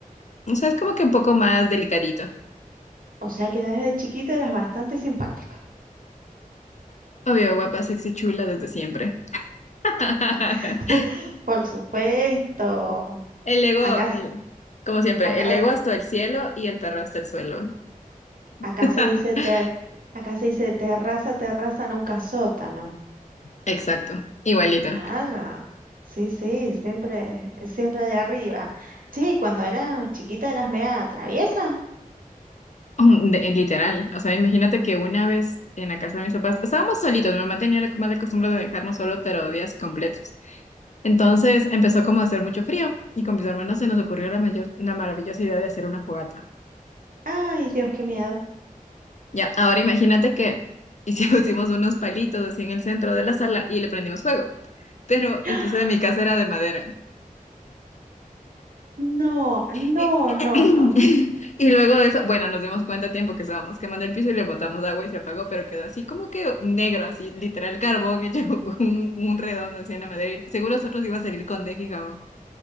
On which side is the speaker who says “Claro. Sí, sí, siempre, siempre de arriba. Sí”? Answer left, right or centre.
Right